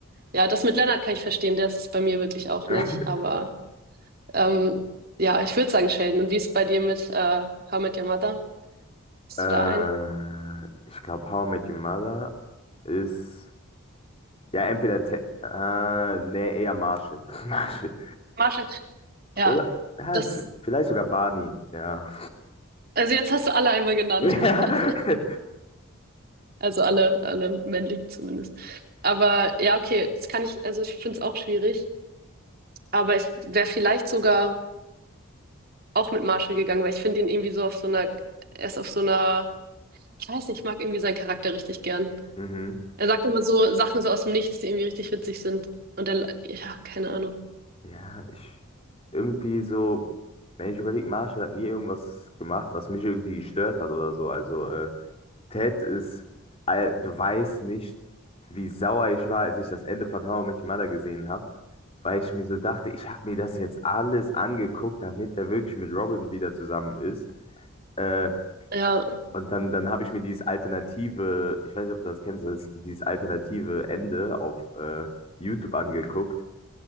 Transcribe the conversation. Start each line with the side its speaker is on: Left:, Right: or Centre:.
Right: ja, das mit Leonard kann ich verstehen, der ist es bei mir wirklich auch
Left: <laughs>
Right: nicht. Aber ähm, ja, ich würde sagen Sheldon. Und wie ist es bei dir mit äh, How I Met Your Mother? Hast
Left: äh,
Right: du da einen?
Left: ich glaube, How I Met Your Mother ist, ja, entweder, Te äh, nee, eher Marshall. <laughs> Marshall.
Right: Marshall. Ja,
Left: Oder, ja,
Right: das,
Left: v- vielleicht sogar Barney, ja.
Right: also jetzt hast du alle einmal genannt.
Left: <laughs>
Right: <laughs> Also alle, alle männlichen zumindest. Aber ja, okay, das kann ich, also ich finde es auch schwierig. Aber ich wäre vielleicht sogar auch mit Marshall gegangen, weil ich finde ihn irgendwie so auf so einer, er ist auf so einer, ich weiß nicht, ich mag irgendwie seinen Charakter richtig gern.
Left: Ja. Mhm.
Right: Er sagt immer so Sachen so aus dem Nichts, die irgendwie richtig witzig sind. Und er, ja, keine Ahnung.
Left: Ja, ich irgendwie so, wenn ich überlege, Marshall hat nie irgendwas gemacht, was mich irgendwie gestört hat oder so. Also äh, Ted ist, all- du weißt nicht, wie sauer ich war, als ich das Ende von How I Met Your Mother gesehen habe, weil ich mir so dachte, ich habe mir das jetzt alles angeguckt, damit er wirklich mit Robin wieder zusammen ist. Äh,
Right: Ja,
Left: und dann, dann habe ich mir dieses alternative, ich weiß nicht, ob du das kennst, das, dieses alternative Ende auf äh, YouTube angeguckt.